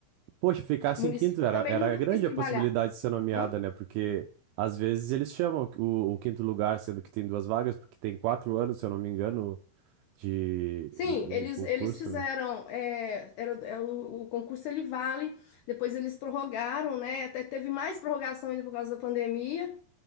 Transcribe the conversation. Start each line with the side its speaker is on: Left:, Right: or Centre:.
Right: Poxa, ficasse
Left: No município
Right: em quinto era,
Left: eu também
Right: era
Left: nunca
Right: grande
Left: quis trabalhar.
Right: a possibilidade de ser nomeada,
Left: Hã?
Right: né? Porque às vezes eles chamam o, o quinto lugar, sendo que tem duas vagas, porque tem quatro anos, se eu não me engano, de
Left: Sim,
Right: o
Left: eles,
Right: concurso,
Left: eles fizeram,
Right: né?
Left: é, era, é, o, o concurso ele vale, depois eles prorrogaram, né? Até teve mais prorrogação ainda por causa da pandemia.